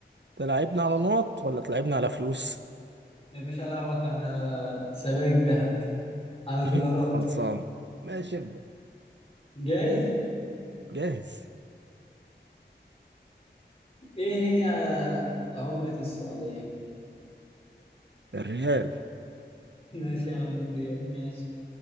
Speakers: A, on the right; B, on the left.
A: تلعبنا على نقط ولا تلعبنا على فلوس
B: يا باشا ألعبك على سبائك ذهب على
A: <laughs>
B: دولارات
A: خلصان ماشي ابدأ
B: جاهز؟
A: جاهز
B: إيه هي عملة السعودية؟
A: الريال
B: <laughs> ماشي يا عم الريال ماشي